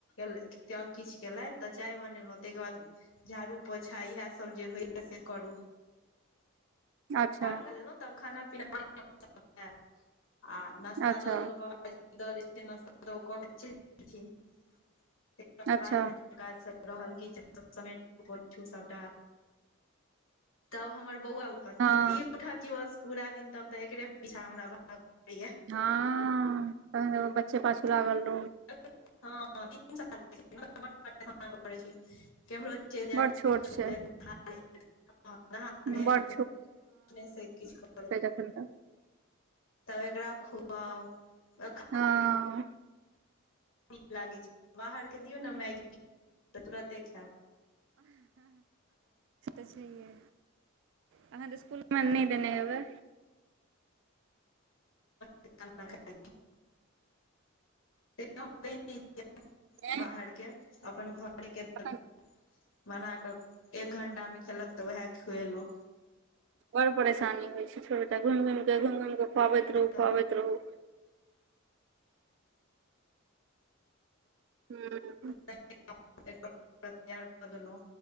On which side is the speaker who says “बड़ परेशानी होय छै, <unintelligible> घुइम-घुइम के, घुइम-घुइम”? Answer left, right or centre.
Right